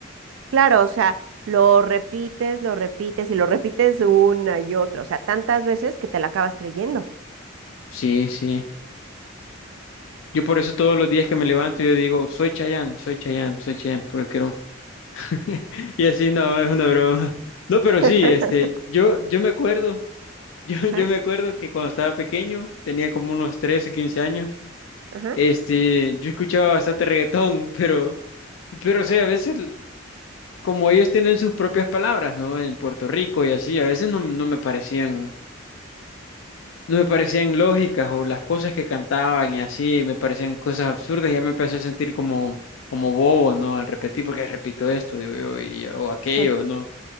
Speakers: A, on the right (about 70°); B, on the left (about 70°).
A: Claro, o sea, lo repites, lo repites y lo repites una y otra, o sea, tantas veces que te la acabas creyendo.
B: Sí, sí. Yo por eso todos los días que me levanto yo digo, soy Chayanne, soy Chayanne, soy Chayanne, porque quiero... <laughs> Y así no, es una broma. No, pero
A: <laughs>
B: sí, este, yo, yo me acuerdo, <laughs> yo,
A: Ajá,
B: yo me acuerdo que cuando estaba pequeño, tenía como unos 13, 15 años,
A: ajá,
B: Este, yo escuchaba bastante reggaetón, pero, pero, o sea, a veces, como ellos tienen sus propias palabras, ¿no? En Puerto Rico y así, a veces no, no me parecían, no me parecían lógicas o las cosas que cantaban y así, me parecían cosas absurdas y ya me empecé a sentir como, como bobo, ¿no? Al repetir, porque repito esto, digo yo, y, o aquello,
A: sí,
B: ¿no?